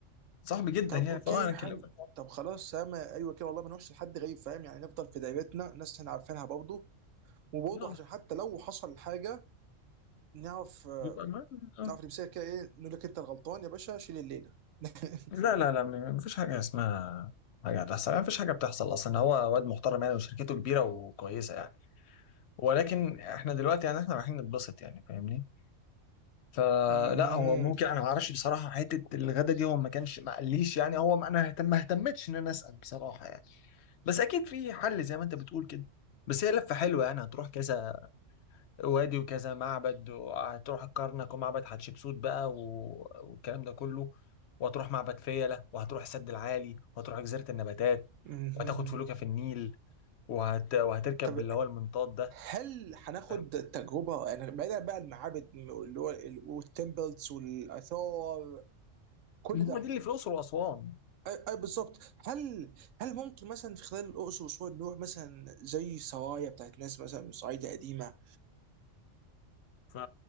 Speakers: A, on the left; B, on the right.
A: صاحبي جدا
B: طب
A: يعني
B: اوكي
A: فهو انا اكلمه
B: حلو
A: في الحوار
B: طب خلاص ياما ايوه كده والله ما نروحش لحد غريب فاهم يعني نفضل في دايرتنا ناس احنا عارفينها برضه وبرضه
A: ده. آه،
B: عشان حتى لو حصل حاجه نعرف
A: يبقى معانا
B: نعرف نمسكها كده ايه نقول لك انت الغلطان يا باشا شيل الليله <laughs>
A: لا لا لا م- مفيش حاجة اسمها حاجة هتحصل يعني مفيش حاجة بتحصل أصلا هو واد محترم يعني وشركته كبيرة وكويسة يعني ولكن إحنا دلوقتي يعني إحنا رايحين نتبسط يعني فاهمني فلا
B: مهم.
A: هو ممكن أنا معرفش بصراحة حتة الغدا دي هو ما كانش ما قاليش يعني هو ما أنا اهتم ما اهتمتش إن أنا أسأل بصراحة يعني بس أكيد في حل زي ما أنت بتقول كده بس هي لفة حلوة يعني هتروح كذا وادي وكذا معبد وهتروح الكرنك ومعبد حتشبسوت بقى و- والكلام ده كله وهتروح معبد فيلة وهتروح السد العالي وهتروح جزيرة النباتات
B: مهم.
A: وهتاخد فلوكة في النيل وهت... وهتركب
B: طب
A: اللي هو المنطاد ده
B: هل هناخد
A: فاهم
B: تجربه يعني بعيدا بقى المعابد اللي هو ال- والتمبلز والاثار كل ده
A: هو دي اللي في الأقصر وأسوان
B: اي أي بالظبط هل هل ممكن مثلا في خلال الاقصر واسوان نروح مثلا زي سرايا بتاعت ناس مثلا من صعيدة قديمه
A: ف